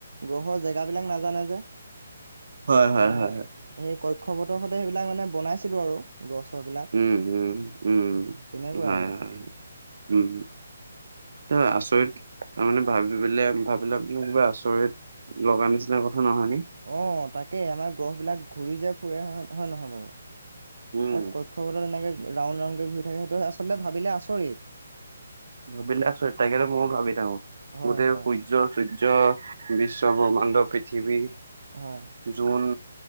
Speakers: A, on the right; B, on the right.
A: গ্ৰহৰ জেগা বিলাক নাজানে যে।
B: হয় হয়
A: তোমাৰ
B: হয় হয়
A: সেই কক্ষ পথৰ সেইবিলাক মানে বনাইছিলো আৰু গছৰবিলাক
B: উম উম উম
A: তেনেকুৱাই
B: হয়
A: আৰু
B: হয় উম ত আচৰিত তাৰমানে ভাবি পেলে ভাবিলে ম কিবা আচৰিত লগা নিচিনা কথা নহয়নে
A: অ' তাকেই আমাৰ গ্ৰহবিলাক ঘূৰি যে ফুৰে হয় নহয় নহয় বাৰু
B: উম
A: এক কক্ষপথত এনেকৈ ৰাউণ্ড, ৰাউণ্ডকে ঘূৰি থাকে। সেইটো আচলতে ভাবিলে আচৰিত
B: ভাবিলে আচৰিত লাগে ন' মই ভাবি থাকো।
A: হয়
B: গোটেই
A: হয়
B: সূৰ্য, সূৰ্য বিশ্ব বিশ্ব-ব্ৰহ্মাণ্ড, পৃথিৱী,
A: হয়
B: জোন।